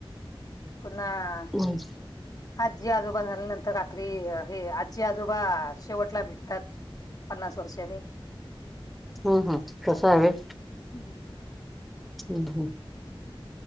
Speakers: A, on the left; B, in the centre.
A: पुन्हां
B: हम्मं
A: आजी आजोबा झाल्यानंतर रात्री हे आजी आजोबा शेवटंला दिसतांत पन्नास वर्षांनी
B: हम्मं हम्मं कसं आहे होयं
A: हम्मं
B: हम्